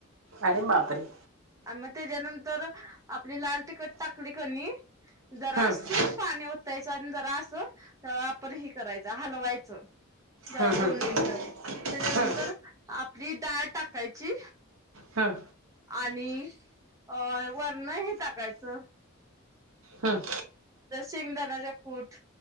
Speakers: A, on the right (about 75°); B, on the right (about 15°).
A: अरे बापरे.
B: आणि मग तेज्यानंतर आपली लाल तीखट टाकली कनी. जरासच
A: हम्म
B: पाणी ओतायचं आणि जरा असं आपर हे करायचा हलवायचं. झाल
A: हम्म
B: दोन मिनिटं तेज्यानंतर
A: हम्म
B: आपली डाळ टाकायची.
A: हम्म
B: आणि अ वरण हे टाकायचं.
A: हम्म
B: शेंगदान्याचा कूट